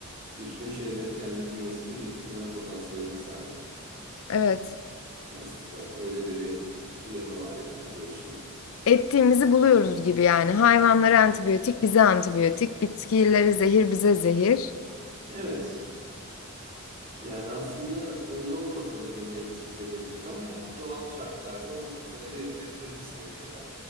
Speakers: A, on the right (about 40°); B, on the left (about 65°).
A: bütün şeyleri kendi bünyesinde biriktirme potansiyeline sahip.
B: Evet.
A: Aslında öyle de bir yanı var yani bu işin.
B: Ettiğimizi buluyoruz gibi yani. Hayvanlara antibiyotik, bize antibiyotik. Bitkileri zehir, bize zehir.
A: Evet. Yani aslında öyle olmasa da gene hepsi bize gelecek ama yani doğal şartlarda o tolere edilebilir bir seviyede